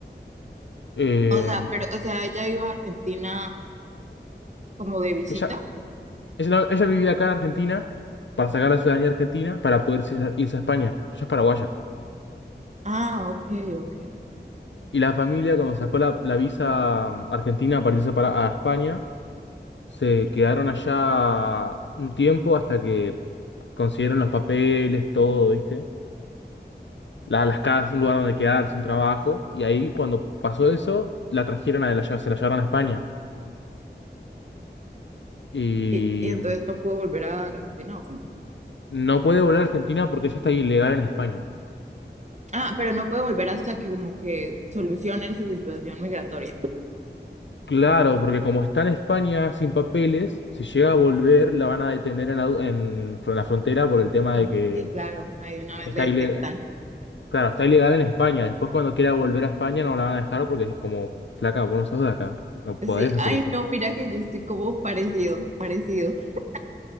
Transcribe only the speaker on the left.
Eh,
ella, ella, no- ella vivía acá en Argentina para sacar la ciudadanía argentina para poder irse a, irse a España. Ella es paraguaya.
Y la familia, cuando sacó la, la visa mm, argentina para irse para, a España, se quedaron allá un tiempo hasta que consiguieron los papeles, todo, ¿viste? la- las casas, un lugar donde quedarse, un trabajo. Y ahí cuando pasó eso, la trajeron a la, lle- se la llevaron a España. Y
no puede volver a Argentina porque ya está ilegal en España.
Claro, porque como está en España sin papeles, si llega a volver, la van a detener en, la du- en fr- la frontera por el tema
de que
está
ilegal. Claro, está ilegal en España. Después cuando quiera volver a España no la van a dejar porque es como, flaca, vos no sos de acá. No
podés hacer
eso.